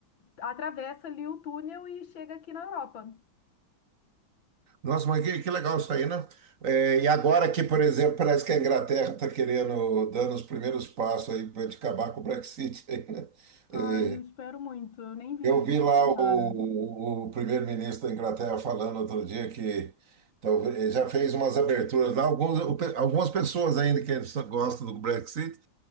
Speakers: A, on the left; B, on the right.
A: atravessa ali o túnel e chega aqui na Europa.
B: Nossa, mas que, que legal isso aí, né? É, e agora que, por exemplo, parece que a Inglaterra está querendo, dando os primeiros passos aí para acabar com o Brexit, aí, né?
A: Ai,
B: É,
A: eu espero muito. Eu nem vi
B: eu
A: isso.
B: vi lá
A: Tomara.
B: o, o primeiro-ministro da Inglaterra falando outro dia que talvez, já fez umas aberturas lá. Alguns, algumas pessoas ainda que gostam do Brexit